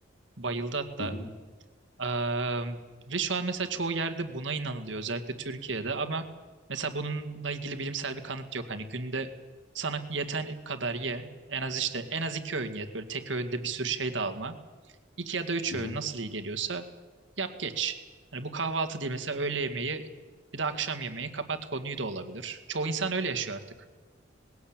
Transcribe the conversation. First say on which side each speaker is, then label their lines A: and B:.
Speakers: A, on the right; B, on the left.
A: Bayıldı hatta.
B: Hı hı.
A: Eee, ve şu an mesela çoğu yerde buna inanılıyor özellikle Türkiye'de ama mesela bununla ilgili bilimsel bir kanıt yok. Hani günde sana yeten kadar ye en az işte en az iki öğün ye böyle tek öğünde bir sürü şey de alma. İki ya da üç
B: Hı
A: öğün
B: hı.
A: nasıl iyi geliyorsa yap geç. Hani bu kahvaltı değil mesela öğle yemeği bir de akşam yemeği kapat konuyu da olabilir. Çoğu insan öyle yaşıyor artık.